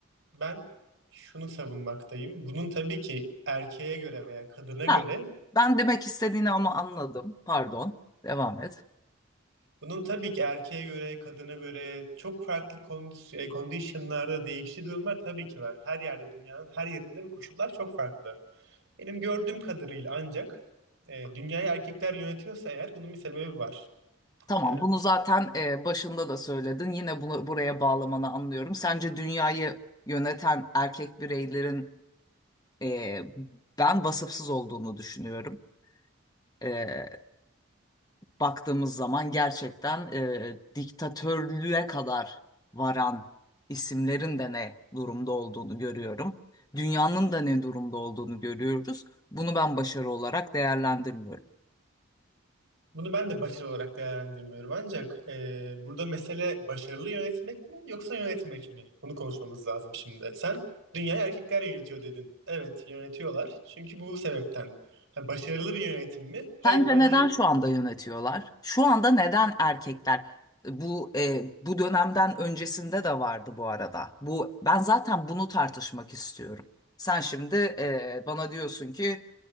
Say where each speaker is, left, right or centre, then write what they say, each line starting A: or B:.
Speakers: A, on the right (about 80°); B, on the left (about 20°).
A: ben şunu savunmaktayım. Bunun tabii ki erkeğe göre veya kadına göre
B: Ha, ben demek istediğini ama anladım. Pardon, devam et.
A: Bunun tabii ki erkeğe göre, kadına göre çok farklı kondis- e, conditionlarda değiştiği durumlar tabii ki var. Her yerde, dünyanın her yerinde bu koşullar çok farklı. Benim gördüğüm kadarıyla ancak e, dünyayı erkekler yönetiyorsa eğer bunun bir sebebi var.
B: Tamam,
A: Yani
B: bunu zaten e, başında da söyledin. Yine bunu buraya bağlamanı anlıyorum. Sence dünyayı yöneten erkek bireylerin e, ben vasıfsız olduğunu düşünüyorum. E, baktığımız zaman gerçekten e, diktatörlüğe kadar varan isimlerin de ne durumda olduğunu görüyorum. Dünyanın da ne durumda olduğunu görüyoruz. Bunu ben başarı olarak değerlendirmiyorum.
A: bunu ben de başarı olarak değerlendirmiyorum. Ancak e, burada mesele başarılı yönetmek mi yoksa yönetmek mi? Bunu konuşmamız lazım şimdi. Sen dünyayı erkekler yönetiyor dedin. Evet, yönetiyorlar. Çünkü bu sebepten. Ha, başarılı bir yönetim mi? Hayır,
B: Sence
A: bence
B: neden şu anda yönetiyorlar? Şu anda neden erkekler? e, Bu e, bu dönemden öncesinde de vardı bu arada. Bu ben zaten bunu tartışmak istiyorum. Sen şimdi e, bana diyorsun ki